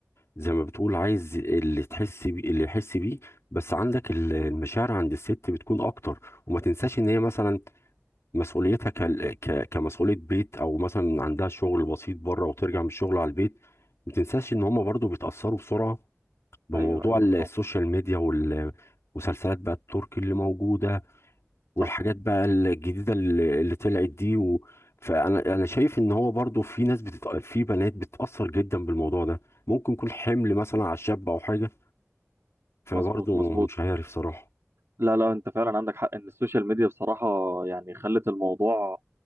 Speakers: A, on the left; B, on the right.
A: زي ما بتقول عايز اللي تحس بيه اللي يحس بيه بس عندك ال- المشاعر عند الست بتكون اكتر وما تنساش ان هي مثلا مسؤوليتها ك- ك- كمسؤولية بيت او مثلا عندها شغل بسيط بره وترجع من الشغل على البيت ما تنساش ان هم برضو بيتأثروا بسرعة بموضوع
B: ايوه ايوه
A: ال- السوشيال
B: طب
A: ميديا والمسلسلات بقى التركي اللي موجودة والحاجات
B: صح
A: بقى الجديدة اللي اللي طلعت دي و... فأنا أنا شايف إن هو برضو في ناس بتت... في بنات بتتأثر جدا بالموضوع ده ممكن يكون حمل مثلا على الشاب أو حاجة فبرضو
B: مظبوط مظبوط
A: مش عارف صراحة
B: لا لا انت فعلا عندك حق ان السوشيال ميديا بصراحة يعني خلت الموضوع